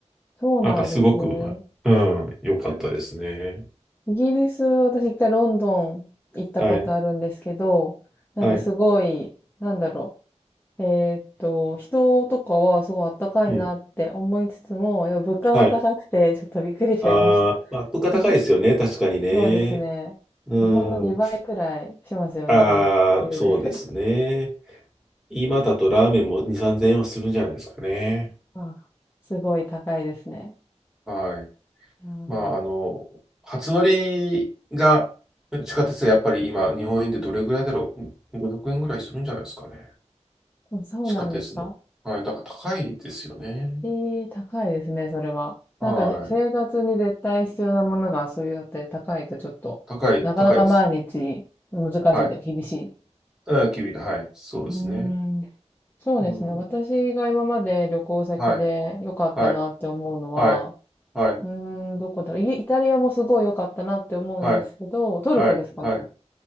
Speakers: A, on the left; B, in the centre.
A: そうなんですね。
B: なんかすごく、うん、良かったですね。
A: イギリス、私一回ロンドン行ったことあるんですけど、
B: はい、
A: なんかすごい、
B: はい、
A: なんだろう。えーっと、人とかはすごいあったかいなって思いつつも、
B: うん、
A: やっぱ物価が高くてちょっとびっくりしちゃいました。
B: はい。あー、アップが高いですよね、
A: <laughs>
B: 確かにね。
A: そうですね。
B: う
A: 日本の2倍くらいしますよね、
B: ん、ああそうですね。
A: 全然余裕で。
B: 今だとラーメンも2、3000円はするんじゃないですかね。
A: <laughs> あ、すごい高いですね。
B: はい。
A: うん
B: まあ、あの、初乗りが地下鉄はやっぱり今、日本円でどれぐらいだろう ?500 円ぐらいするんじゃないですかね。
A: うんそうなんですか
B: 地下鉄の。はい。だから高いですよね。
A: ええ高いですね、それは。なんか生活に絶対必要なものがそういうのって高いとちょっと、
B: はい。高い、
A: なかなか毎日難しいと厳しい。
B: 高いです。はい。あ、君はい。そうですね。
A: うーん。そうですね。
B: うん。
A: 私が今まで旅行先で良かったなって思うのは、
B: はい。はい。はい。
A: う
B: はい。
A: ーん、どこだろう。イイタリアもすごい良かったなって思うんですけど、
B: はい。
A: トルコですかね。
B: はい。はい。